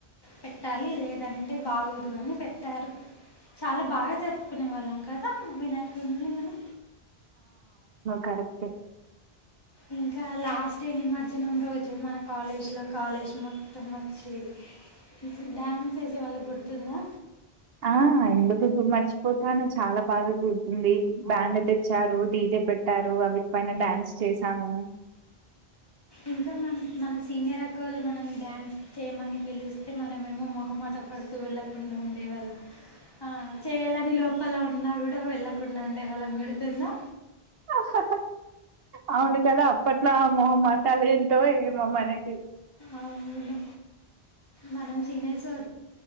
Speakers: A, on the left; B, on the right.
A: పెట్టాలి లేదంటే బాగోదు అని పెట్టారు. అ చాలా బాగా జరుపుకునే వాళ్ళం కదా వినాయకున్ని మనం
B: కరెక్ట్ ఏ
A: ఇంకా లాస్ట్ నిమజ్జనం రోజు మన కాలేజ్ లో కాలేజ్ మొత్తం వచ్చేది ఇ డ్యాన్స్ చేసే వాళ్ళకి గుర్తుందా
B: ఆ ఎందుకు మర్చిపోతాను చాలా బాగా గుర్తుంది. బ్యాండ్ తెచ్చారు. డిజే పెట్టారు అవి డ్యాన్స్ చేసాము
A: ఇంకా మన మన సీనియర్ అక్కోళ్ళు మనల్ని డ్యాన్స్ చేయమని పిలుస్ అయితే మనమేమో మొహమాట పడుతూ వెళ్ళకుండా ఉండేవాళ్ళు ఆ చేయాలని లోపల ఉన్నా కూడా వెళ్ళకుండా ఉండే వాళ్ళ గుడుతుందా
B: హ అవును కదా అప్పట్లో మొహ మాటలు ఏంటో ఏమో మనకి
A: అవును మనం సినస్